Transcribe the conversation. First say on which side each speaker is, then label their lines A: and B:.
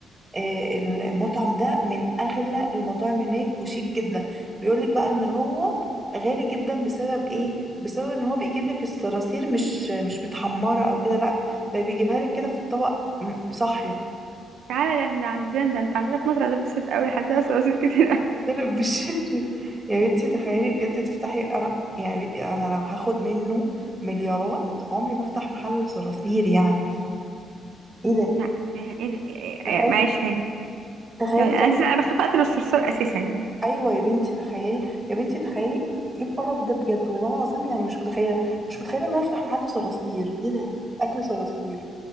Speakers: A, on the right; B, on the right.
A: آه، المطعم ده من اغلى المطاعم هناك وشيك جدا بيقولك بقى ان هو غالي جدا بسبب ايه بسبب ان هو بيجيب لك الصراصير مش مش متحمره او كده لا ده بيجيبها لك كده في الطبق م- صاحيه
B: تعالى ده احنا عندنا ده انت عندنا في مصر هتتبسط قوي عندنا
A: ضرب
B: صراصير كتير قوي
A: ضرب بالشبشب يا بنتي تخيلي بجد تفتحي انا يعني انا لو هاخد منه مليارات عمري ما افتح محل صراصير يعني ايه
B: <laughs>
A: ده
B: لا ايه ده؟
A: تخيلي
B: إيه- معلش هاني
A: تخيلي
B: يعني انا اساسا انا بخاف اقتل الصرصار اساسا يعني
A: ايوه يا بنتي تخيلي يا بنتي تخيلي ايه القرف ده بجد والله العظيم يعني مش متخيله مش متخيله ان انا افتح محل صراصير ايه ده اكل صراصير